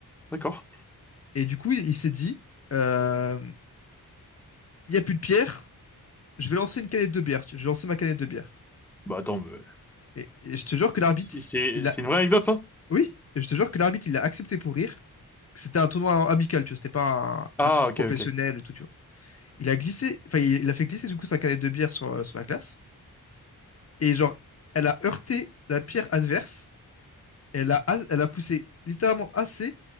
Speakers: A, in the centre; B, on the left.
A: D'accord.
B: Et du coup, il, il s'est dit, euh, il y a plus de pierre, je vais lancer une canette de bière, tu- je vais lancer ma canette de bière.
A: Bah, attends, mais...
B: Et, et je te jure que l'arbitre,
A: si- C'est
B: il
A: c'est une vraie anecdote, ça?
B: Oui, et je te jure que l'arbitre, il a accepté pour rire. que C'était un tournoi amical, tu vois, c'était pas
A: Ah,
B: un, un truc professionnel
A: ok, ok.
B: et tout, tu vois. Il a glissé, enfin, il, il a fait glisser du coup sa canette de bière sur, euh, sur la glace. Et genre, elle a heurté la pierre adverse. Elle a, as- elle a poussé littéralement assez